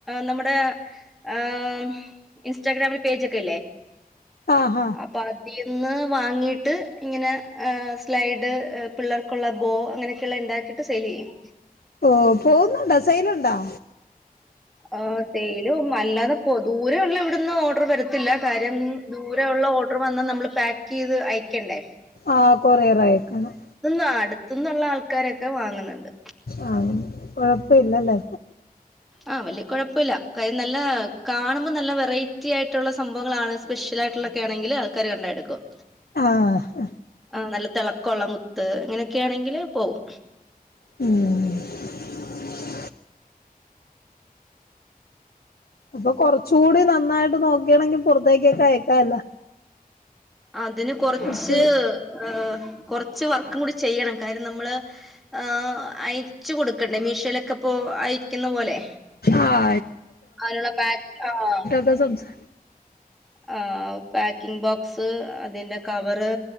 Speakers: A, in the centre; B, on the left (about 85°).
A: നമ്മുടെ.. ആംഹ്. ഇൻസ്റ്റാഗ്രാമില് പേജ് ഒക്കെ ഇല്ലേ..
B: ആ ആഹ
A: അപ്പൊ അതിന്ന് വാങ്ങിട്ട് ഇങ്ങനെ ഹെ സ്ലൈഡ് പിള്ളേർക്കുള്ള ബോ അങ്ങനെകെ.. കല്ലണ്ടാക്കിട്ട് സെയിലെയ്യും..
B: ഓ പോവുന്നുണ്ടോ. സൈലുണ്ടാ..
A: ആ. തേയിലും അല്ലാതെപ്പോ ദൂരെയ ഉള്ള ഇവിടുന്ന് ഓർഡർ വരത്തില്ല കാര്യം. മ്മ്. ദൂരൊള്ള. ഓട്.. ഡർ. വന്നാ നമ്മള് പാക്ക്യ്ത് അയക്കണ്ടേ..
B: ആഹ് കൊറിയറ് അയക്കണം
A: ഇന്നട്ത്ത്ന്നുള്ള ആൾക്കാരൊക്കെ വാങ്ന്നുണ്ട്
B: ആഹ് കൊഴപ്പില്ലല്ലേ
A: ആഹ് വല്ല്യ കൊഴപ്പല്ല കാര്യം നല്ല കാണുമ്പോ നല്ല വെറൈറ്റി ആയിട്ടുള്ള സംഭവങ്ങളാണ് ഷ്യലായിട്ടുള്ളക്കെ ആണെങ്കില് ആൾക്കാര് കണ്ടാ എട്ക്കും
B: ആഹ് ആ
A: ആ നല്ല തെളക്കോള്ള മുത്ത് അങ്ങനൊക്കെണെങ്കില് പോവും
B: ഉം അപ്പൊ കൊറച്ചു കൂടി നന്നായിട്ട് നോക്കിയണെങ്കി പൊറത്തേക്കൊക്കെ അയക്കാല്ല.
A: അതിന് കൊറച്ച്
B: കുറച്ച്
A: ഏഹ് കൊറച്ച് വർക്കും കൂടി ചെയ്യണം കാര്യം നമ്മള് ആ അയ്ച്ചു കൊടുക്കണ്ടേ മീഷോലൊക്കെ പ്പോ അയ് ക്കിന്ന പോലെ
B: ആഹ്
A: അയ്ന്ള്ള പാക് ആഹ്
B: ത സംസാ
A: ആഹ് പാക്കിങ് ബോക്സ് അതിന്റെ കവറ്